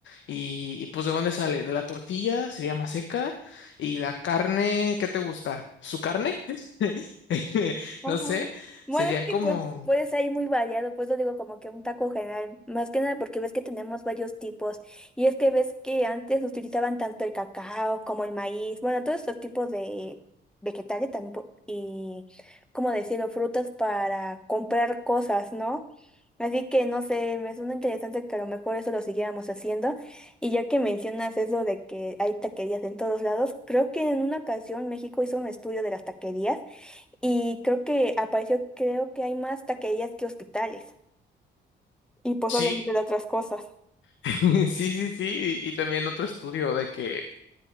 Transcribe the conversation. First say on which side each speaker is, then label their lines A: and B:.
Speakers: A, on the left (about 70°); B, in the centre.
A: Y, y pues, ¿de dónde sale? De la tortilla, sería más y la carne, ¿qué te gusta? ¿Su carne? <laughs>
B: Ajá.
A: No sé,
B: Bueno,
A: serían
B: es que
A: como...
B: pues puedes ahí muy variado, pues lo digo como que un taco general, más que nada porque ves que tenemos varios tipos y es que ves que antes utilizaban tanto el cacao como el maíz, bueno, todos estos tipos de vegetales también po- y, como decirlo, frutas para comprar cosas, ¿no? Así que no sé, me suena interesante que a lo mejor eso lo siguiéramos haciendo. Y ya que mencionas eso de que hay taquerías en todos lados, creo que en una ocasión México hizo un estudio de las taquerías y creo que apareció, creo que hay más taquerías que hospitales. Y pues
A: Sí,
B: obviamente de otras cosas.
A: <laughs> sí, sí, sí. Y, y también otro estudio de que,